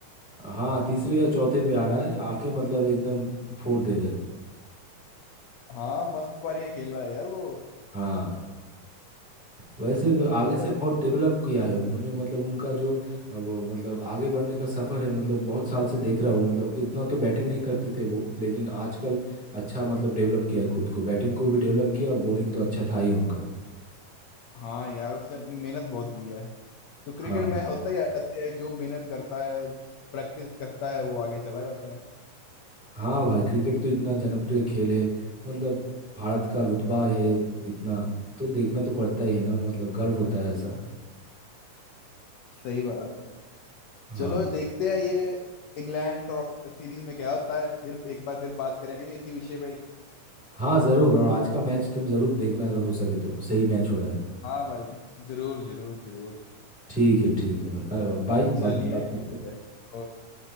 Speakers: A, in the centre; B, on the left (about 75°).
A: हाँ तीसरे या चौथे पे आ रहा है आके मतलब एकदम फोड़ दे रहे हैं।
B: हाँ मस्त पारियां खेल रहा है यार वो
A: हाँ वैसे वे
B: सही
A: आगे
B: है
A: से
B: भाई
A: बहुत डेवलप किया है उन्होंने मतलब उनका जो अ, वो मतलब आगे बढ़ने का सफर है मतलब बहुत साल से देख रहा हूँ मतलब इतना तो बैटिंग नहीं करते थे वो लेकिन आजकल अच्छा मतलब डेवलप किया है खुद को बैटिंग को भी डेवलप किया और बॉलिंग तो अच्छा था ही उनका
B: हाँ यार उसने अपनी मेहनत बहुत की है तो क्रिकेट
A: हाँ
B: में होता ही ऐसे है जो मेहनत करता है प्रैक्टिस करता है वो आगे चला जाता है
A: हाँ भाई क्रिकेट तो इतना जनप्रिय खेल है मतलब भारत का रुतबा है इतना तो देखना तो पड़ता ही है ना मतलब गर्व होता है ऐसा
B: सही बात है भाई चलो
A: हाँ
B: देखते हैं ये इंग्लैंड ट्रॉफी सीरीज में क्या होता है फिर एक बार फिर बात करेंगे इसी विषय पे ही।
A: हाँ ज़रूर और आज का मैच तुम ज़रूर देखना अगर हो सके तो सही मैच हो रहा है
B: हाँ भाई जरूर जरूर जरूर
A: ठीक है ठीक है भाई अ, बाय बाद
B: चलिए
A: में बात करते
B: ठीक
A: हैं
B: है ओके